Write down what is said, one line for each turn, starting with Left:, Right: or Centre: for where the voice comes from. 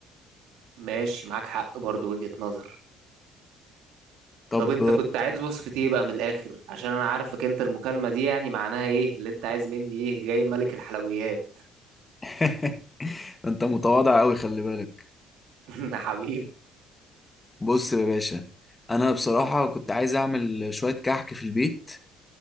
Right: ماشي معاك حق برضو وجهة نظر
Left: طب
Right: طب انت كنت عايز وصفة ايه بقى من الاخر عشان انا عارفك انت المكالمة دي يعني معناها ايه اللي انت عايز مني ايه جاي ملك الحلويات
Left: <laughs> انت متواضع قوي خلي بالك
Right: <laughs> حبيبي
Left: بص يا باشا انا بصراحة كنت عايز اعمل شوية كحك في البيت